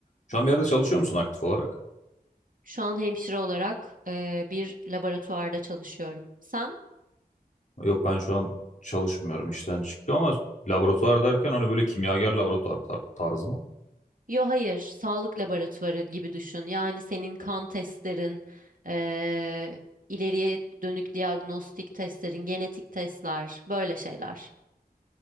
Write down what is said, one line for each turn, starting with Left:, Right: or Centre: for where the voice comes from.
Left: Şu an bir yerde çalışıyor musun aktif olarak?
Right: Şu an hemşire olarak eee, bir laboratuvarda çalışıyorum. Sen?
Left: Yok ben şu an çalışmıyorum işten çıktım ama laboratuvar derken hani böyle kimyager laboratuvar tar- tarzı mı?
Right: Yo hayır, sağlık laboratuvarı gibi düşün. Yani senin kan testlerin, eee, ileriye dönük diagnostik testlerin, genetik testler, böyle şeyler.